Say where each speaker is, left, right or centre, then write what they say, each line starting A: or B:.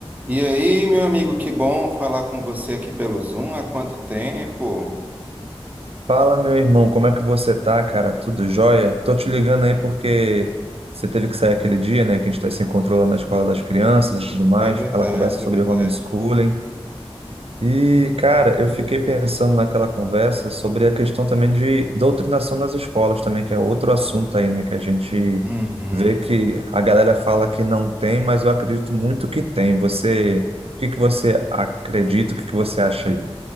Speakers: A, on the right; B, on the right.
A: E aí, meu amigo, que bom falar com você aqui pelo Zoom. Há quanto tempo?
B: Fala, meu irmão, como é que você tá, cara? Tudo jóia? Tô te ligando aí porque você teve que sair aquele dia, né, que a gente tá se encontrando lá na escola das crianças e tudo mais,
A: É verdade,
B: aquela conversa sobre
A: é verdade.
B: homeschooling. E, cara, eu fiquei pensando naquela conversa sobre a questão também de doutrinação nas escolas também, que é outro assunto aí, né, que a gente
A: Uhum.
B: vê que a galera fala que não tem, mas eu acredito muito que tem. Você, o que que você acredita, o que que você acha aí?